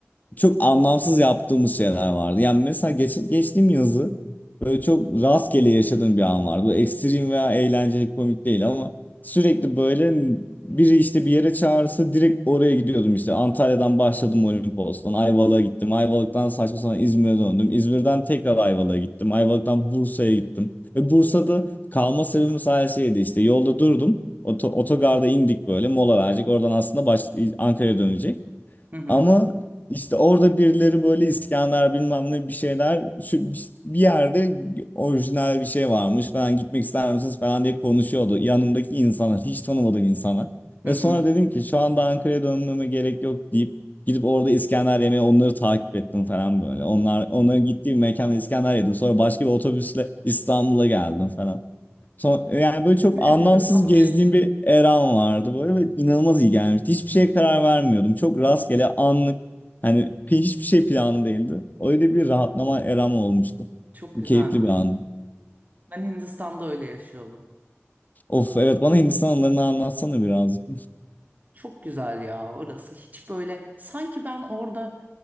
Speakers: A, on the left; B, on the right.
A: çok anlamsız yaptığımız şeyler vardı. Yani mesela geç, geçtiğim yazı böyle çok rastgele yaşadığım bir an vardı. Bu ekstrem veya eğlenceli komik değil ama sürekli böyle biri işte bir yere çağırırsa direkt oraya gidiyordum işte. Antalya'dan başladım Olimpos'tan Ayvalık'a gittim. Ayvalık'tan saçma sapan İzmir'e döndüm. İzmir'den tekrar Ayvalık'a gittim. Ayvalık'tan Bursa'ya gittim. Ve Bursa'da kalma sebebim sadece şeydi işte yolda durdum. Oto, otogarda indik böyle mola verecek. Oradan aslında baş, Ankara'ya dönecek.
B: Hı hı.
A: Ama işte orada birileri böyle İskender bilmem ne bir şeyler şu bir yerde orijinal bir şey varmış falan gitmek ister misiniz falan diye konuşuyordu. Yanımdaki insanlar hiç tanımadığım insanlar.
B: Hı
A: Ve
B: hı.
A: sonra dedim ki şu anda Ankara'ya dönmeme gerek yok deyip gidip orada İskender yemeye onları takip ettim falan böyle. Onlar onların gittiği bir mekanda İskender yedim. Sonra başka bir otobüsle İstanbul'a geldim falan Son, yani böyle çok
B: Ne Enteresanmış.
A: anlamsız gezdiğim bir eram vardı böyle ve inanılmaz iyi gelmişti. Hiçbir şeye karar vermiyordum. Çok rastgele anlık hani pi- hiçbir şey planlı değildi. Öyle bir rahatlama eram olmuştu.
B: Çok güzelmiş.
A: Keyifli bir andı.
B: Ben Hindistan'da öyle yaşıyordum.
A: Of evet bana Hindistan anılarını anlatsana birazcık.
B: Çok güzel ya orası. Hiç böyle sanki ben orada